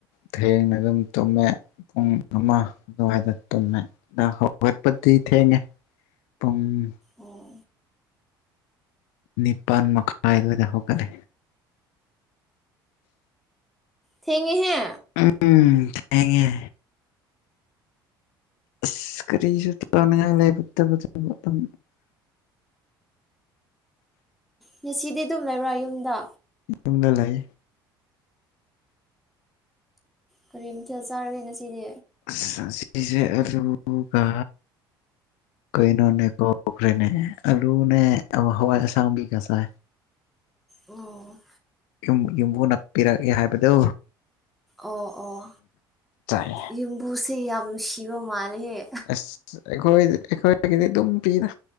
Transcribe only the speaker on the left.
ꯊꯦꯡꯅ ꯑꯗꯨꯝ ꯇꯨꯝꯃꯦ ꯄꯨꯡ ꯑꯃꯥ ꯑꯗꯨꯋꯥꯏꯗ ꯇꯨꯝꯃꯦ ꯉꯥꯡ ꯍꯧꯒꯠꯄꯗꯤ ꯊꯦꯡꯉꯦ꯫ ꯄꯨꯡ
ꯅꯤꯄꯥꯟ ꯃꯈꯥꯏ ꯑꯗꯨꯋꯥꯏꯗ ꯍꯧꯒꯠꯂꯦ꯫
ꯎꯝ ꯊꯦꯡꯉꯦ ꯑꯁ ꯀꯔꯤꯁꯨ ꯇꯥꯅꯤꯡꯉꯥꯏ ꯂꯩꯔꯛꯇꯕꯗ ꯃꯇꯝ꯫
ꯌꯨꯝꯗ ꯂꯩ
ꯑꯁ ꯑꯁꯤꯖꯦ ꯑꯂꯨꯒ ꯀꯩꯅꯣꯅꯦ ꯀꯥꯎꯈ꯭ꯔꯦꯅꯦ ꯑꯂꯨꯅꯦ ꯍꯋꯥꯏ ꯑꯁꯥꯡꯕꯤꯒ ꯆꯥꯏ꯫
ꯌꯨꯝ ꯌꯨꯝꯕꯨꯅ ꯄꯤꯔꯛꯑꯦ ꯍꯥꯏꯕꯗꯣ
ꯆꯥꯏꯌꯦ
ꯑꯁ ꯑꯩꯈꯣꯏ ꯑꯩꯈꯣꯏꯒꯤꯗꯤ ꯑꯗꯨꯝ ꯄꯤꯗ꯫